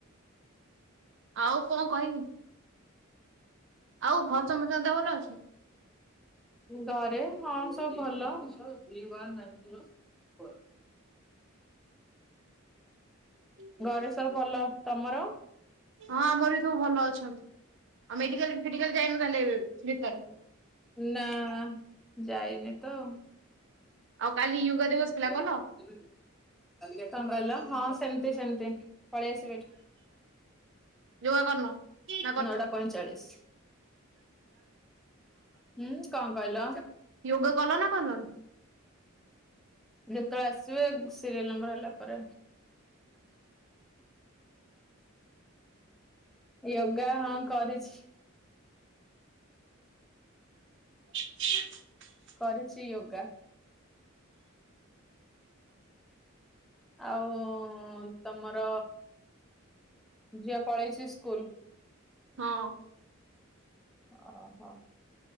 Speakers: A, on the right; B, in the centre.
A: ଆଉ କଣ କହିମି। ଆଉ ଘରେ ସମସ୍ତ କ ଦେହ ଭଲ ଅଛି?
B: ଘରେ, ହଁ ସବୁ ଭଲ। <unintelligible>
A: ହଁ
B: ଘରେ ସବୁ ଭଲ ତମର?
A: ହଁ, ଆମର ବି ସବୁ ଭଲ ଅଛନ୍ତି। ଆଉ ମେଡିକାଲ ଫେଡିକାଲ ଯାଇନୁ ତାହେଲେ ଏଇ ଭିତରେ?
B: ନା, ଯାଇନି ତ। <unintelligible>
A: ଆଉ କାଲି ୟୋଗା ଦିବସ ଥିଲା କଲ
B: କଣ କହିଲ? ହଁ ସେମିତି ସେମତି, ପଳେଇଆସ।
A: ୟୋଗା କରିନ? ନା କରିଛ
B: ନଅଟା ପଇଁଚାଳିଶି। ହୁଁ, କଣ କହିଲ?
A: ୟୋଗା କଲ ନା କଲନି
B: ଯେତେବେଳେ ସିରିଏଲ୍ ନମ୍ବର ହେଲା ପରେ। ୟୋଗା ହଁ କରିଚି।
A: <unintelligible>
B: କରିଚି ୟୋଗା। ଆଉ, ତମର ଝିଅ ପଲେଇଚି ସ୍କୁଲ୍।
A: ହଁ।
B: ଅ ହ।